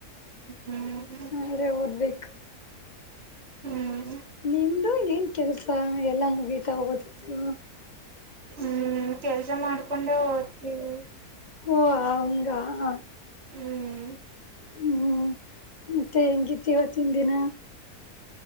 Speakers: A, on the left; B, on the right.
A: <inaudible>
B: ಹ್ಮ್ ಹ್ಮ್
A: ಅ್ರೆ ಓದ್ಬೇಕು
B: ಹ್ಮ್
A: ನಿಮ್ ಂದು ಏನ್ ಕೆಲ್ಸ ಎಲ್ಲಾ ಮುಗೀತಾ ಹೋದತ್ತು
B: ಹ್ಮ್ ಕೆಲ್ಸ ಪಜ ಮಾಡ್ಕೊಂಡೆ ಓದ್ತಿೀವಿ
A: ಓ ಅವಂಗ ಹ
B: ಹ್ಮ್
A: ಹ್ಮ್ ಮತ್ತೆ ಹೆಂಗಿತಿ ಇವತ್ತಿನ ದಿನ